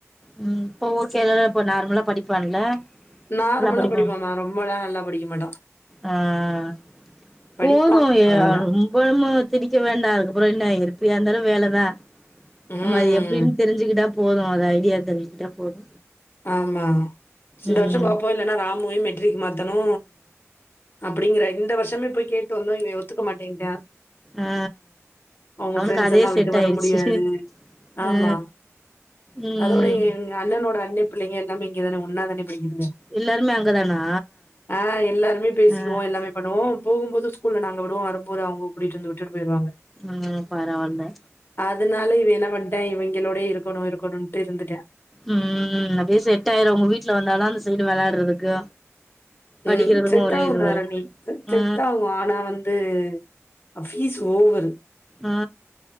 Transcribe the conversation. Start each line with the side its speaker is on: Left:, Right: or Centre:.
Centre: உம் இப்ப ஓகே தானே இப்ப நார்மலா படிப்பான்ல
Left: நார்மலா
Centre: நல்லா படிப்பா
Left: படிப்பான்மா, ரொம்பலாம் நல்லா படிக்க மாட்டான்.
Centre: ஆஹ்
Left: படிப்பான்
Centre: போதும்
Left: அவ்வளதான்.
Centre: ரொம்பமு திணிக்க வேண்டா அதுக்கப்புற என்ன எப்படியா இருந்தாலு வேலதா
Left: ம்.
Centre: ஆமா அது எப்படின்னு தெரிஞ்சுக்கிட்டா போதும் அது ஐடியா தெரிஞ்சுகிட்டா போது
Left: ஆமா இந்த
Centre: ம்
Left: வருஷ பாப்போ இல்லேன்னா ராமுவயு மெட்ரிக் மா த்தனு அப்படிங்கிற இந்த வருஷமே போய் கேட்டு வந்தோ இவ ஒத்துக்க மாட்டேன்டா
Centre: ஆ
Left: அவங்க
Centre: அவனுக்கு
Left: பிரரெண்ட்ஸ்
Centre: அதே
Left: எல்லா விட்டு
Centre: செட்
Left: வர
Centre: ஆயிடுச்சு
Left: முடியாது ஆமா
Centre: ஆ ம்
Left: அதோட எங்க அண்ணனோட அண்ணே பிள்ளைங்க எல்லாமே இங்கதானே ஒன்னாதானே படிக்குதுங்க
Centre: எல்லாருமே அங்கதானா
Left: ஆஹ் எல்லாருமே பேசிக்குவோ
Centre: ஆ
Left: எல்லாமே பண்ணுவோ போகும்போது ஸ்கூல்ல நாங்க விடுவோ வரும்போது அவங்க கூட்டிட்டு வந்து விட்டுட்டு போயிருவாங்க
Centre: உம் பரவால்ல
Left: அதனால இவ என்ன பண்ட்டே இவிங்களோடயே இருக்கணு இருக்கணும்ட்டு இருந்துட்டே
Centre: உம் அப்படியே செட்டாயிரு உங்க வீட்ல வந்தாதா அந்த ச வெளாடுறதுக்கு படிக்கிறதுக்கு
Left: ம் செட்டாகு
Centre: ஒரே இதுவா
Left: தாரணி
Centre: இருக்கு
Left: செட்டாகு
Centre: ஆ
Left: ஆனா வந்து அஃப் ஃபீஸு ஓவரு
Centre: ஆ